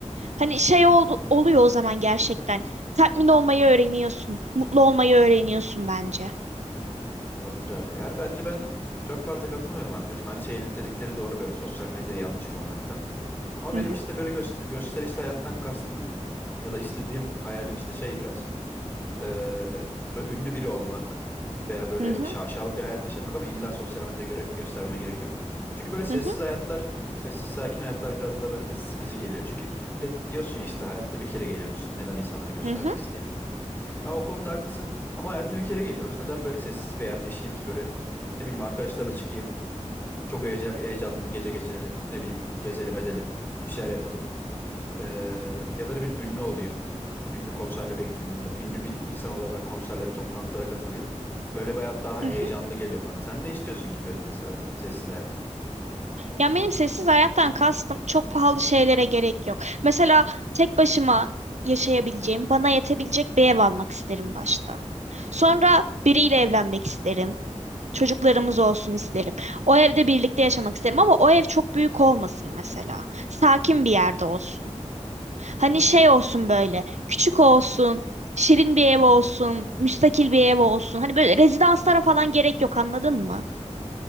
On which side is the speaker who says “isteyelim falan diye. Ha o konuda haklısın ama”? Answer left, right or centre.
Left